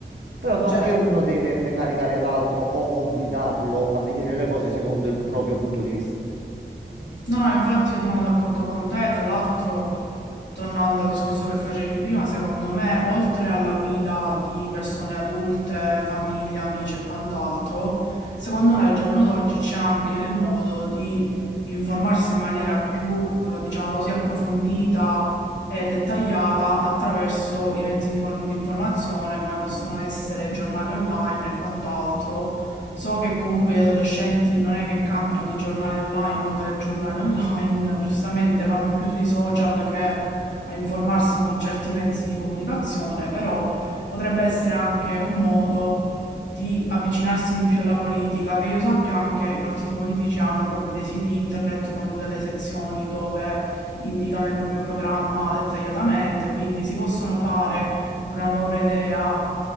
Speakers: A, on the right (about 75°); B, on the left (about 85°).
A: Però non
B: certo.
A: che uno deve precaricare l'altro o obbligarlo a vedere le cose secondo il proprio punto di vista.
B: No, no, infatti io sono d'accordo con te, tra l'altro tornando al discorso che facevi prima, secondo me, oltre alla guida di persone adulte, famiglia, amici e quant'altro, secondo me al giorno d'oggi c'è anche il modo di informarsi in maniera più, eh, diciamo così, approfondita e dettagliata attraverso i mezzi di, for- di informazione, come possono essere giornali online e quant'altro. So che comunque gli adolescenti non è che campino di giornali online o telegiornali online, giustamente vanno più sui social che a informarsi con certi mezzi di comunicazione, però potrebbe essere anche un modo di avvicinarsi di più alla politica, che io sappia anche i partiti politici hanno proprio dei siti internet con delle sezioni dove indicano il proprio programma dettagliatamente, quindi si possono fare una loro idea